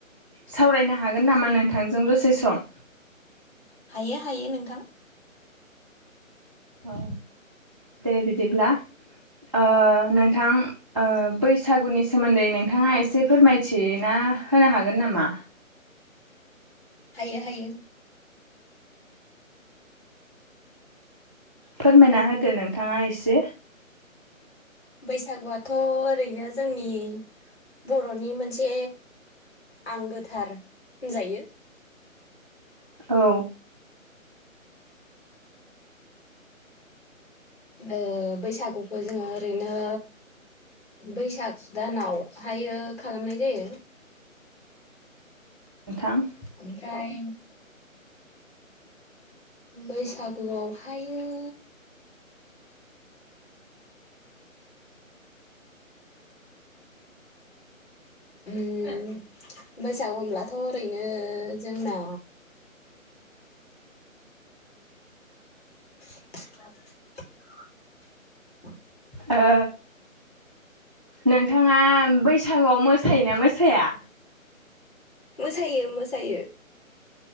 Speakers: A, in the centre; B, on the left.
A: सावरायनो हागोन नामा नोंथांजों दसे सम?
B: हायो हायो नोंथां।
A: औ दे बिदिब्ला। ओ नोंथां ओ बैसागुनि सोमोन्दै नोंथाङा एसे फोरमायथिना होनो हागोन नामा?
B: हायो हायो।
A: फोरमायना होदो नोंथाङा एस से
B: बैसागुआथ' ओरैनो जोंनि बर'नि मोनसे आंगोथार होनजायो।
A: औ
B: ओ बैसागुखौ जोङो ओरैनो बैसाग दानाव हायो खालामनाय जायो
A: नोंथां।
B: ओमफ्राय बैसागुआवहायो ओम बैसागु होनब्लाथ' ओरैनो जोंना <inaudible>
A: ओ नोंथाङा बैसागुआव मोसायोना मोसाया?
B: मोसायो मोसायो।